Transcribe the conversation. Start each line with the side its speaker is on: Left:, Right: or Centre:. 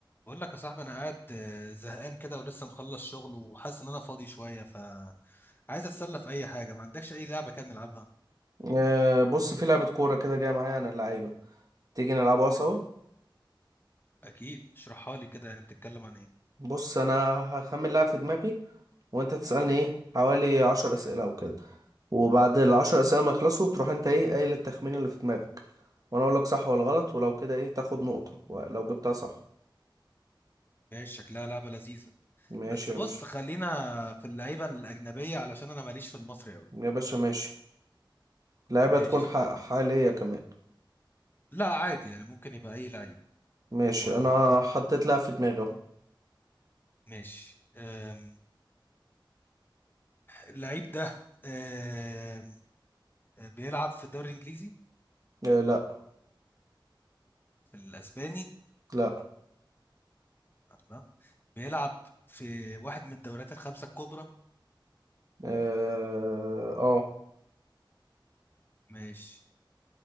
Left: بقول لك يا صاحبي انا قاعد آه، زهقان كده ولسه مخلص شغل وحاسس ان انا فاضي شويه ف عايز اتسلى في اي حاجه ما عندكش اي لعبه كده نلعبها
Right: آه، بص في لعبة كورة كده جاية معايا عن اللعيبة تيجي نلعبها سوا
Left: اكيد اشرحها لي كده يعني بتتكلم عن ايه
Right: بص أنا هخمن لاعب في دماغي وأنت تسألني إيه حوالي عشر أسئلة أو كده وبعد العشر أسئلة ما يخلصوا تروح أنت إيه قايل التخمين اللي في دماغك وأنا أقول لك صح ولا غلط ولو كده إيه تاخد نقطة لو جبتها صح
Left: ماشي شكلها لعبه لذيذه
Right: ماشي
Left: بس بص
Right: يا باشا
Left: خلينا في اللعيبه الاجنبيه علشان انا ماليش في المصري قوي
Right: يا باشا ماشي لعبة
Left: ماشي
Right: تكون ح- حالية كمان
Left: لا عادي يعني ممكن يبقى اي لعيب
Right: ماشي
Left: ولا
Right: أنا
Left: ايه
Right: حطيت لاعب في دماغي أهو
Left: ماشي أم، اللعيب ده أم، بيلعب في الدوري الانجليزي
Right: آه، لأ
Left: في الاسباني
Right: لأ
Left: لا بيلعب في واحد من الدوريات الخمسه الكبرى
Right: آه آه،
Left: ماشي